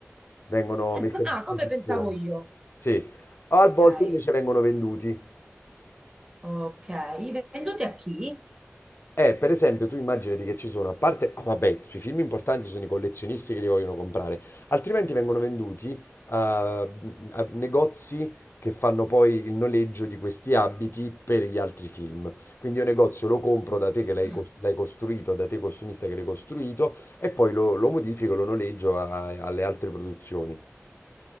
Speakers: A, on the left (about 55°); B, on the right (about 20°).
A: Vengono
B: <laughs>
A: messi a disposizione.
B: Ah, come pensavo io.
A: Sì, a volte
B: Ok.
A: invece vengono venduti.
B: Ok, venduti a chi?
A: Eh, per esempio, tu immaginati che ci sono, a parte, ah, vabbè, sui film importanti ci sono i collezionisti che li vogliono comprare, altrimenti vengono venduti a, a negozi che fanno poi il noleggio di questi abiti per gli altri film. Quindi io negozio lo compro da te che l'hai
B: Ah.
A: cos- l'hai costruito, da te costumista che l'hai costruito, e poi lo, lo modifico, lo noleggio a- alle altre produzioni.